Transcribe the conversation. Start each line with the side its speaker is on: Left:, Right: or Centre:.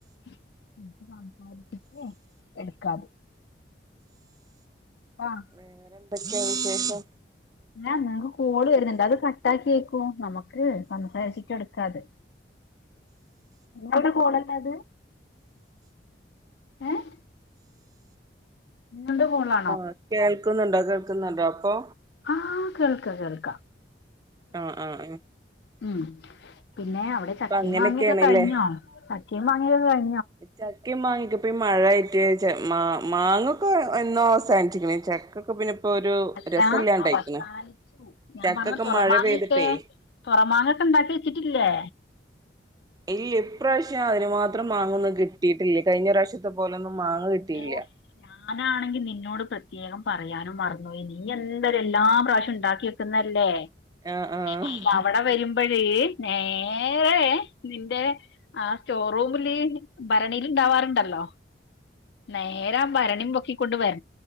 Left: എ സംസാരിച്ചിട്ട് എടുക്കാതെ <unintelligible> ആഹ്.
Right: വേറെ എന്തൊക്കെയാ വിശേഷം
Left: അ നിങ്ങക്ക് കോള് വരുന്നുണ്ട് അത് കട്ടാക്കേക്കും നമുക്ക് സംസാരിച്ചിട്ടെടുക്കാത്. നിങ്ങൾടെ കോളല്ലെ അത്? ഏഹ്. നിങ്ങൾടെ കോളാ?
Right: ആ കേൾക്കുന്നുണ്ടോ കേൾക്ക്ന്ന്ണ്ടോ അപ്പോ?
Left: ആഹ് കേൾക്ക കേൾക്ക.
Right: ആഹ് ആഹ് ആഹ്.
Left: ഉം പിന്നെ അവിടെ ചക്കേം
Right: അങ്ങനെയൊക്കെയാണ്ല്ലേ
Left: മാങ്ങൊക്കെ കഴിഞ്ഞോ ചക്കേം മാങ്ങൊക്കെ കഴിഞ്
Right: ചക്കെം മാങ്ങിയൊക്കെ ഇപ്പൊ മഴായ് ട്ട് മാ മാങ്ങൊക്കെ എന്നോ അവസാനിച്ച്ക്ക്ണ് ചക്കൊക്കെ പിന്നെ ഇപ്പോ ഒരു
Left: അല്ലാ
Right: രസല്ലാണ്ടായിക്ക്ണ്
Left: അവസാനിച്ചു ഞാൻ
Right: ചക്കൊക്കെ
Left: പറഞ്ഞ തുറമാങ്ങൊക്കേ
Right: മഴ പെയ്തിട്ടേ
Left: തൊമാങ്ങൊക്കെ ഇണ്ടാക്കി വെച്ചിട്ടില്ലേ?
Right: ഇല്ല ഇപ്രാവശ്യം അതിനുമാത്രം മാങ്ങൊന്നും കിട്ടിട്ടില്ല കഴിഞ്ഞറാശ്യ ത്ര പോലൊന്നും മാങ്ങ കിട്ടീല്യ.
Left: ഓഹ് ഞാനാണെങ്കി നിന്നോട് പ്രത്യേകം പറയാനും മർന്നോയി നീ എന്താലും എല്ലാ പ്രാവശ്യുണ്ടാക്കി വെക്കുന്നല്ലേ?
Right: ആഹ് ആഹ്
Left: അപ്പൊ അവിടെ വരുമ്പഴ് നേരെ നിന്റെ ആ സ്റ്റോറൂമില് ഭരണീല്ണ്ടാവാറിണ്ടല്ലോ? നേരാ ഭരണിം പൊക്കിക്കൊണ്ട് വര